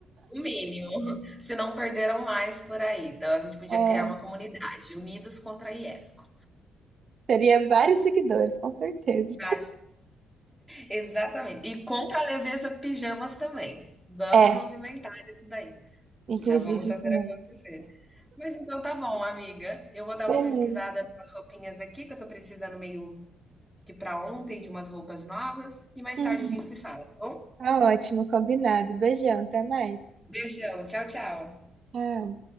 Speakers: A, in the centre; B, on the right.
A: O mínimo. <laughs> Se não perderam mais por aí. Então, a gente podia
B: É,
A: criar uma
B: <laughs>
A: comunidade, Unidos contra a Iesco.
B: teria vários seguidores, com certeza.
A: Dá Exatamente. E contra a leveza pijamas também. Vamos
B: É,
A: movimentar isso daí.
B: inclusive
A: Já vamos fazer
B: também.
A: acontecer. Mas então tá bom, amiga. Eu vou dar
B: Beleza.
A: uma pesquisada nas roupinhas aqui, que eu tô precisando meio que para ontem de umas roupas novas. E mais
B: Uhum.
A: tarde a gente se fala, tá bom?
B: Tá ótimo, combinado. Beijão, até mais.
A: Beijão, tchau, tchau.
B: Tchau.